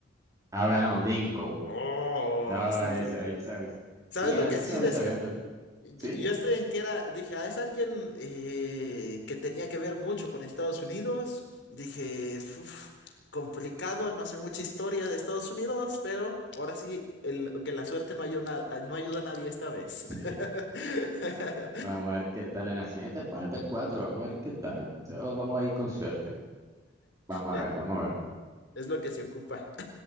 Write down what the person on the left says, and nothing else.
Oh,
sí,
sí.
¿Sabes
lo
que sí
decía?
Yo
yo estoy en que era, dije, ah, es alguien eh, que tenía que ver mucho con Estados Unidos. Dije, "Uf, complicado, no sé mucha historia de Estados Unidos, pero ahora sí, el, que la suerte no ayuda, no ayuda a nadie esta vez.
<laughs>
Es,
es lo que se ocupa.